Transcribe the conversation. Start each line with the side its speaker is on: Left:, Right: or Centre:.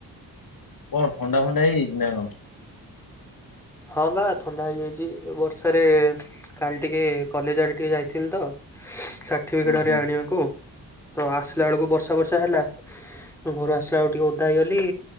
Left: କଣ ଥଣ୍ଡା ଫଣ୍ଡା ହେଇଯାଇଚି ନାଁ କଣ?
Centre: ହଁ ବା ଥଣ୍ଡା ହେଇଯାଇଛି ବର୍ଷାରେ କାଲି ଟିକେ କଲେଜ ଆଡେ ଟିକେ ଯାଇଥିଲି ତ ସାର୍ଟିଫିକେଟ
Left: ଓହୋ
Centre: ଆଣିବାକୁ ତ ଆସିଲା ବେଳକୁ ବର୍ଷା ବର୍ଷା ହେଲା ଘରୁ ଆସିଲା ବେଳକୁ ଟିକେ ଓଧା ହେଇଗଲି।